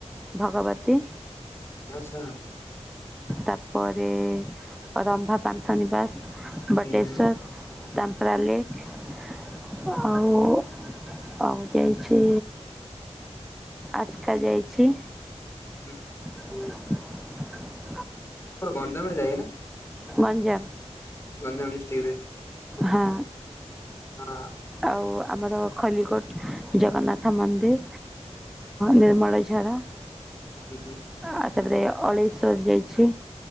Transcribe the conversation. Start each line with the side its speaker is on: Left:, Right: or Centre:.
Centre: ଭଗବତୀ।
Left: ଆଛା।
Centre: ତାପରେ ରମ୍ଭା ପାନ୍ତା ନିବାସ, ବଟେଶ୍ୱର୍।
Left: ହୁଁ ହୁଁ
Centre: ତାମ୍ପରା ଲେଖ ଆଉ ଆଉ ଯାଇଛି, ଆସ୍କା ଯାଇଛି।
Left: ହୁଁ।
Centre: <inaudible>
Left: ଗଞ୍ଜାମରେ ଯାଇ ନା?
Centre: ଗଞ୍ଜାମ।
Left: ଗଞ୍ଜାମ ଡିଷ୍ଟ୍ରିକଟରେ।
Centre: ହଁ।
Left: ହଁ।
Centre: ଆଉ ଆମର ଖଲିଗୋଟ ଜଗନ୍ନାଥ ମନ୍ଦିର, ନିର୍ମଳଝା। ଝାରା।
Left: ହୁଁ ହୁଁ।
Centre: ଆ ତାପରେ ଅଳେଇ ସଜ ଯାଇଛି,